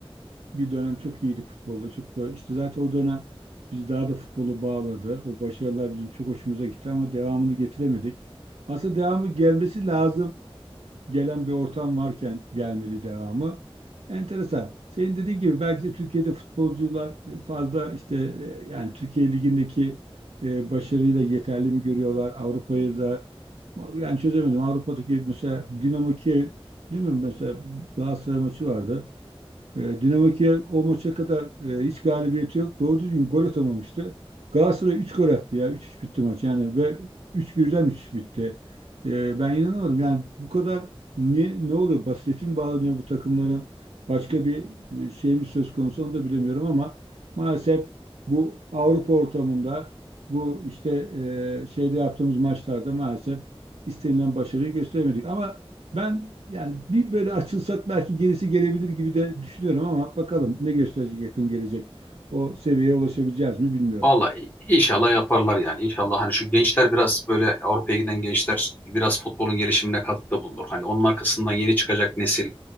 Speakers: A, on the right; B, on the left.
A: bir dönem çok iyiydik futbolda. Çok böyle işte zaten o dönem biz daha da futbolu bağladı. O başarılar bizim çok hoşumuza gitti ama devamını getiremedik. Aslında devamı gelmesi lazım. Gelen bir ortam varken gelmedi devamı. Enteresan. Senin dediğin gibi belki de Türkiye'de futbolcular fazla işte e, yani Türkiye Ligi'ndeki e, başarıyla yeterli mi görüyorlar? Avrupa'ya da yani çözemedim. Avrupa'daki mesela Dinamo Kiev değil mi? Mesela Galatasaray maçı vardı. E, Dinamo Kiev o maça kadar e, hiç galibiyeti yok. Doğru düzgün gol atamamıştı. Galatasaray üç gol attı ya. üç 3 bitti maç yani ve 3-1'den üç üç bitti. E, ben inanamadım. Yani bu kadar ne, ne oluyor? Basireti mi bağlanıyor bu takımların? Başka bir e, şey mi söz konusu onu da bilemiyorum ama maalesef bu Avrupa ortamında bu işte e, şeyde yaptığımız maçlarda maalesef istenilen başarıyı gösteremedik. Ama ben yani bir böyle açılsak belki gerisi gelebilir gibi de düşünüyorum ama bakalım ne gösterecek yakın gelecek. O seviyeye ulaşabileceğiz mi bilmiyorum.
B: Vallahi inşallah yaparlar yani. İnşallah hani şu gençler biraz böyle Avrupa'ya giden gençler biraz futbolun gelişimine katkıda bulunur. Hani onun arkasından yeni çıkacak nesil